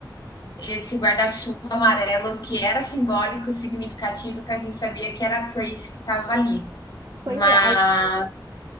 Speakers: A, on the left; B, on the right.
A: esse guarda-chuva amarelo que era simbólico, significativo, que a gente sabia que era a Trace que estava ali.
B: Pois
A: Mas.
B: é. Aí,